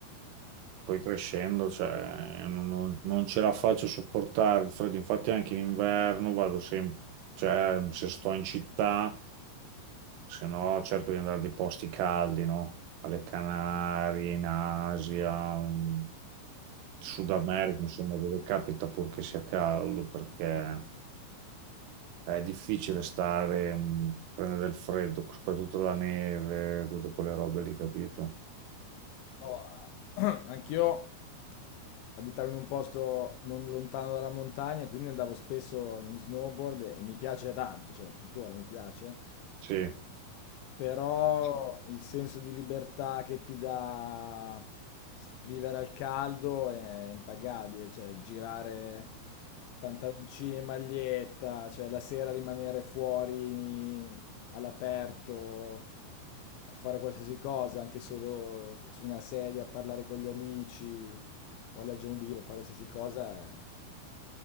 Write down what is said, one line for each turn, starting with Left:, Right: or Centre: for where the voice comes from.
Right: poi crescendo, cioè, non, non- non ce la faccio a sopportare il freddo. Infatti anche in inverno vado sempre, cioè, se sto in città se no cerco di andare di posti caldi, no? Alle Canarie, in Asia, in Sud America, insomma, dove capita purché sia caldo, perché è difficile stare, mh, prendere del freddo, soprattutto la neve, tutte quelle robe lì, capito?
Left: oh, <clears throat> anch'io abitavo in un posto non lontano dalla montagna, quindi andavo spesso in snowboard e, e mi piace tanto, cioè tuttora mi piace,
Right: Sì, eh,
Left: Però il senso di libertà che ti dà s- vivere al caldo è impagabile, cioè girare pantaloncini e maglietta, cioè la sera rimanere fuori all'aperto a fare qualsiasi cosa, anche solo su una sedia a parlare con gli amici o a leggere un libro, fare qualsiasi cosa, eh,